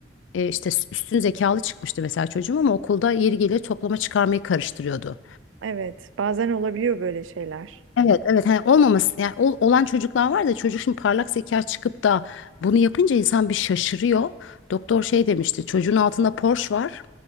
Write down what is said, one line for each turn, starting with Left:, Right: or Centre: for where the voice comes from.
Left: e, işte üstün zekalı çıkmıştı mesela çocuğum ama okulda yeri geliyor toplama çıkarmayı karıştırıyordu.
Right: Evet, bazen olabiliyor böyle şeyler.
Left: Evet evet hani olmaması yani ol- olan çocuklar var da çocuk şimdi parlak zeka çıkıp da bunu yapınca insan bir şaşırıyor. Doktor şey demişti çocuğun altında Porsche var